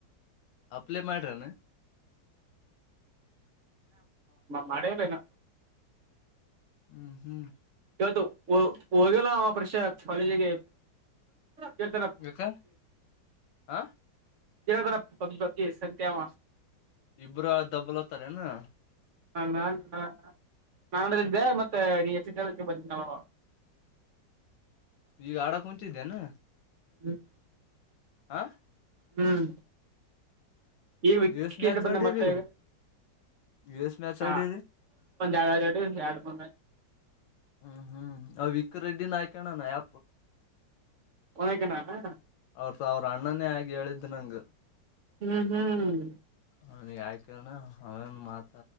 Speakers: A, on the left; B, on the right.
A: ಅಪ್ಲೈ ಮಾಡ್ರಾನ
B: ಮಾಡೆಯ ಬನು
A: ಹ್ಮ್ ಹ್ಮ್
B: ಇವತ್ತು ಹೋಗಲ್ಲ ಪ್ರಷ ಕಾಲೇಜಿಗೆ ಕೆೇಳ್ತನ
A: ಯಾಕ ಹ
B: ಜರದರ ಬಗ್ ಬಗ್ಿ ಸಂಖಾವ
A: ಇಬ್ರು ದಬ್ಬಲ್ತಾರಏನಾ
B: ನ ನ ನಾನಿಂದೆ ಮತ್ತೆ ಹೆಚ್ಚ ಜ ಬಂದ ನವು
A: ಈಗ ಆಡ ಕುಂತಿದ್ದೇನಾ
B: ಹ್ಮ್
A: ಹಾ
B: ಹ್ಮ್. ಈ
A: ಎಸ್
B: ಕಿಕೇ
A: ಮ್ಯಾಚ್
B: ಬಂದ
A: ಆಡಿರಿ
B: ಮತ್ತ
A: ಎಸ್ ಮ್ಯಾಚ್
B: ಹಾ
A: ಆಡಿರಿ
B: ಒಂದ ಎರಡು ಎರಡು ಎರಡು ಬ
A: ಹ್ಮ್ ಹ್ಮ್ ಅವ ವಿಕ ರೆಡ್ಡಿ ನ ಆಯ್ಕಣಾನ ಆ
B: ಅವನಕ ನಾನು
A: ಅವ್ರಸ ಅವ್ರ ಅಣ್ಣನೇ ಆಿ ಹೇಳಿದ್ದ. ತಿಿನಕು
B: ಹ್ಮ್ ಹ್ಮ್
A: ಅವನ್ ಯಾಕಿದಾನ ಅವೇನು ಮಾತ